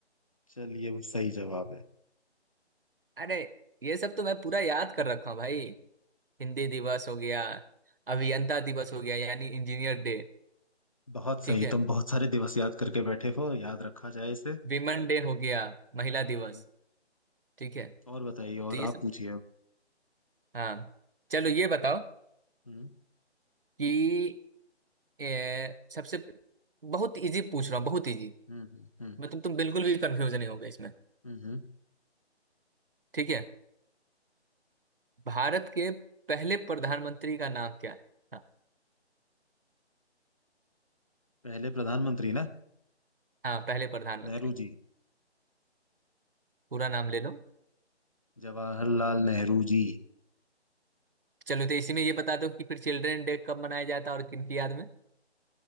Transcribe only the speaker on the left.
चलिए वो सही जवाब
है
<laughs>
बहुत सही
तुम बहुत सारे दिवस याद करके बैठे हो याद रखा जाए इसे
हम्म
और बताइए और
आप
पूछिए अब
हम्म
हम्म हम्म हम्म
हम्म, हम्म।
पहले प्रधानमंत्री ना
नेहरू जी
जवाहरलाल नेहरू जी